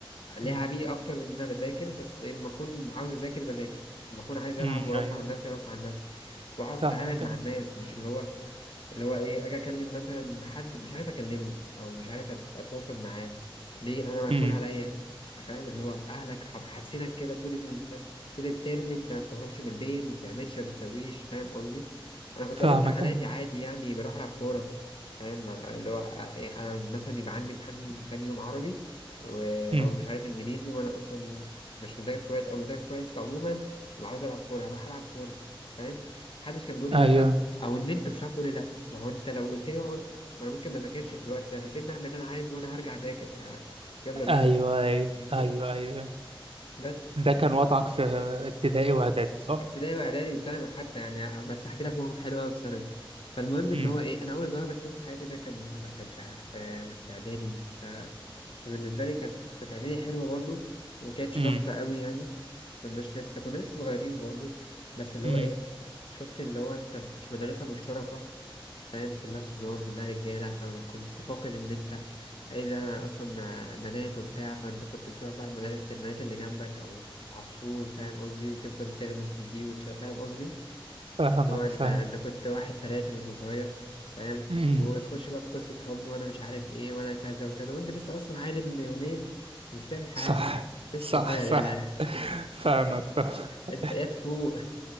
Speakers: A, on the left; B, on the right.
A: لعبي
B: امم
A: اكتر من ان انا بذاكر بس لما اكون عاوز اذاكر بذاكر لما اكون عايز العب
B: امم
A: وارفع
B: ايوه
A: عن نفسي ارفع عن نفسي واعرف
B: فاهمك
A: اتعامل مع
B: أيوة.
A: الناس مش اللي هو اللي هو ايه اجي اكلم مثلا حد مش عارف اكلمه او مش عارف أت- اتواصل معاه ليه انا مقفول
B: امم
A: عليا فاهم اللي هو اهلك حاب- حابسينك كده طول ال... طول الترم انت ما بتخرجش من البيت ما بتعملش ما بتسويش فاهم قصدي انا كنت
B: فاهمك
A: ايام امتحاناتي
B: ايوه
A: عادي يعني بروح العب كوره فاهم اللي هو أ- يعني انا مثلا يبقى عندي امتحان تاني يوم عربي و...
B: امم
A: او مش عارف انجليزي وانا اصلا مش مذاكر كويس او مذاكر كويس عموما وعاوز العب كوره هروح العب كوره فاهم محدش كان بيقول لي
B: ايوه
A: لا او ان انت مش عارف تقول لي لا ما هو انت لو قلت لي اقعد ما انا ممكن ما اذاكرش في الوقت ده فسيبني اعمل اللي انا عايز وانا هرجع اذاكر ف يلا
B: ايوه
A: بينا
B: ايوه
A: فاهمني
B: ايوه ايوه
A: بس
B: ده كان وضعك في ابتدائي واعدادي صح
A: ابتدائي واعدادي وثانوي حتى يعني بس هحكي لك موقف حلو قوي في ثانوي فالمهم ان
B: امم
A: هو ايه انا اول جواب اكتبه في حياتي ده كان ما كانش في في اعدادي ف... فبالنسبه لي كانت كانت اعدادي حلوه برضو وما كانتش
B: امم
A: ضغطه قوي يعني كناش لسه كنا لسه صغيرين برضو بس اللي
B: امم
A: هو ايه شفت اللي هو انت في مدرسه مشتركه فاهم كلها صبيان كلها رجالة فما كنت فاقد إن أنت إيه ده أنا أصلا مع بنات وبتاع فأنت كنت بتروح بقى مدارس البنات اللي جنبك أو على السور فاهم قصدي وتفضل تغمز لدي وتشوف فاهم قصدي
B: فاهمك
A: اللي هو أنت
B: فاهم
A: أنت كنت واحد فلاتي وأنت صغير فاهم
B: امم.
A: وتخش بقى في قصة حب وأنا مش عارف إيه وأنا كذا وكذا وأنت لسه أصلا عيل ابن يومين ومش تعمل حاجة
B: صح
A: لسه
B: صح
A: صغير
B: صح
A: يالا <laughs>
B: فاهمك فاهمك
A: أنت يا تفوق